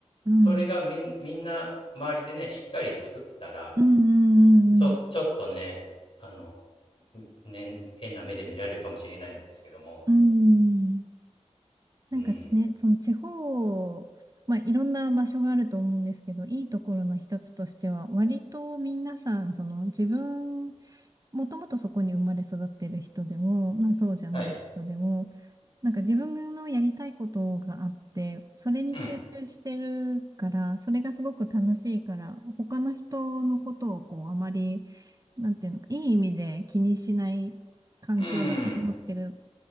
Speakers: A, on the right (about 30°); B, on the left (about 50°).
A: うん。
B: それがみんみんな周りでね、しっかり作ってたら、
A: うんうんうん
B: ちょ、ちょっとね、あの、ね、変な目で見られるかもしれないんですけども。
A: うん。うんなんかね、
B: うん。
A: その地方、まあ、いろんな場所があると思うんですけど、いいところの一つとしては、割と皆さん、その自分、もともとそこに生まれ育ってる人でも、まあ、そうじゃない人でも、
B: はい。
A: なんか自分のやりたいことがあって、それに集中してるから、
B: うん。
A: それがすごく楽しいから、他の人のことをこう、あまり、なんていうのか、いい意味で気にしない環境が整ってる
B: うん。